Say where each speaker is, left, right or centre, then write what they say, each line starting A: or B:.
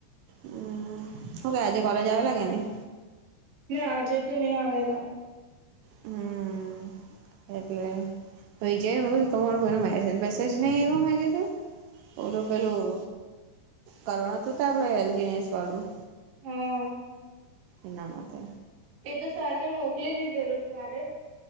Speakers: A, on the right (about 80°); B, on the right (about 45°).
A: હમ ક આજે કોલેજ આવેલા કે નહી.
B: ના આજે તો નહી.
A: હમ એટલે તોજ તો કોઈ મેસેજ વસેજ નહી આવ્યો મે કીધું. ઓલું પેલું કરવાનું હતું ત આપડે એલજીનેસ વાળું.
B: હા
A: એનામતે
B: એ તો સરને મોકલી દીધેલું ત્યારે.